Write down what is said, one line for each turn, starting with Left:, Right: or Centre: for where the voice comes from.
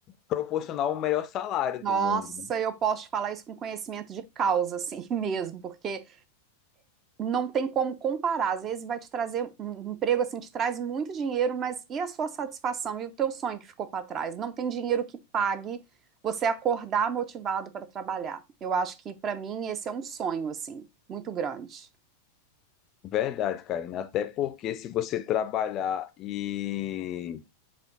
Left: proporcionar o melhor salário
Right: Nossa,
Left: do mundo. né?
Right: eu posso te falar isso com conhecimento de causa, assim <laughs> mesmo, porque não tem como comparar. Às vezes vai te trazer um um emprego assim, te traz muito dinheiro, mas e a sua satisfação e o teu sonho que ficou para trás? Não tem dinheiro que pague você acordar motivado para trabalhar. Eu acho que para mim esse é um sonho assim, muito grande.
Left: Verdade, Karina. Até porque se você trabalhar e